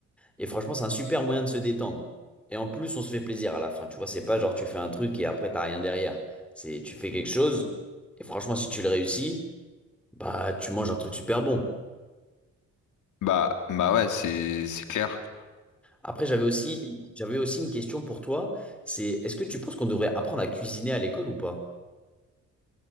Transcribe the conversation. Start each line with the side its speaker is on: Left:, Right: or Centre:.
Centre: Et franchement, c'est un super moyen de se détendre. Et en plus, on se fait plaisir à la fin, tu vois, c'est pas genre tu fais un truc et après, t'as rien derrière. C'est tu fais quelque chose, et franchement, si tu le réussis, bah, tu manges un truc super bon.
Left: Bah, bah ouais, c'est, c'est clair.
Centre: Après, j'avais aussi, j'avais aussi une question pour toi. C'est, est-ce que tu penses qu'on devrait apprendre à cuisiner à l'école ou pas?